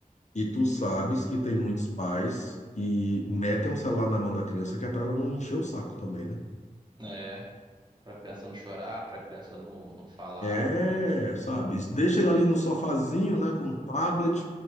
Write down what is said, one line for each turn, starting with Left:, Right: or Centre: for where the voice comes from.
Left: e tu sabes que tem muitos pais que metem o celular na mão da criança que é para ela não encher o saco também, né?
Right: É, pra criança não chorar, pra criança não, não falar.
Left: É, sabe? Deixa ele ali no sofazinho, né, com o tablet,